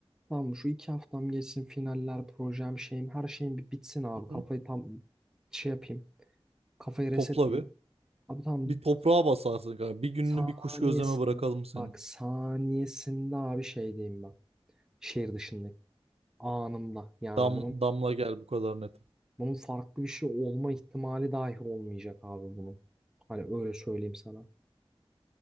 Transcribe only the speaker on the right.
Hı hı.
topla bir.
Bir toprağa basarsın kanka. Bir gününü
bir kuş gözleme bırakalım senin.
Dam,
damla gel bu kadar net.